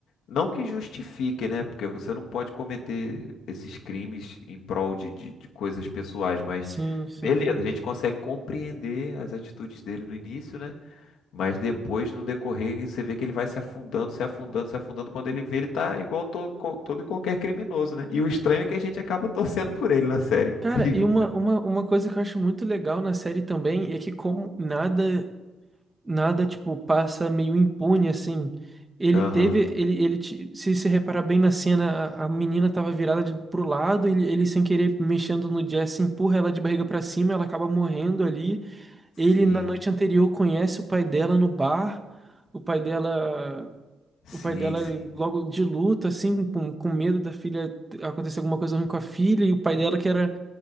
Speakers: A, on the left (about 70°); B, on the right (about 20°).
A: não que justifique, né? Porque você não pode cometer esses crimes em prol de, de, de coisas pessoais, mas
B: Sim, sim,
A: beleza,
B: sim.
A: a gente consegue compreender as atitudes dele no início, né? Mas depois, no decorrer, você vê que ele vai se afundando, se afundando, se afundando. Quando ele vê, ele tá igual to, co- todo e qualquer criminoso, né? E o estranho é que a gente acaba <laughs> torcendo por ele na série.
B: Cara,
A: Incrível.
B: e uma, uma, uma coisa que eu acho muito legal na série também é que como nada, nada, tipo, passa meio impune, assim. Ele
A: Aham.
B: teve, ele, ele, ti- se se reparar bem na cena, a, a menina tava virada de, pro lado, ele, ele sem querer mexendo no Jesse, empurra ela de barriga pra cima, ela acaba morrendo ali.
A: Sim,
B: Ele, na noite anterior, conhece o pai dela no bar, o pai dela...
A: sim,
B: O pai dela
A: sim.
B: logo de luto, assim, com, com medo da filha acontecer alguma coisa ruim com a filha, e o pai dela que era